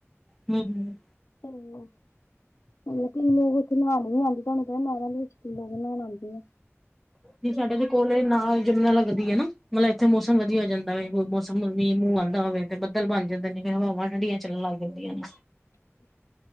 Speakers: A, in the centre; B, on the left.
A: ਹੂੰ ਹੂੰ।
B: ਹੈਲੋ। ਮਤਲਬ ਕਈ ਲੋਕ ਉੱਥੇ <unintelligible> ਨਹਾਉਣੇ ਵੀ ਆਉਂਦੇ ਤੁਹਾਨੂੰ ਪਤਾ ਨਹਿਰ ਦੇ ਵਿੱਚ ਕਈ ਲੋਕ ਨਹਾਉਣ ਆਉਂਦੇ ਆ।
A: ਨੀ ਸਾਡੇ ਦੇ ਕੋਲ ਨਾ ਜਮਨਾ ਲੱਗਦੀ ਐ ਨਾ ਮਤਲਬ ਉੱਥੇ ਮੌਸਮ ਵਧੀਆ ਹੋ ਜਾਂਦਾ ਵੇ ਮੌਸਮ ਵੀ ਮੀਂਹ ਮੂੰਹ ਆਂਦਾ ਹੋਵੇ ਤੇ ਬੱਦਲ ਬਣ ਜਾਂਦੇ ਨੇ ਫਿਰ ਹਵਾਵਾਂ ਠੰਡੀਆਂ ਚੱਲਣ ਲੱਗ ਜਾਂਦੀਆਂ ਨੇ।
B: ਅੱਛਾ,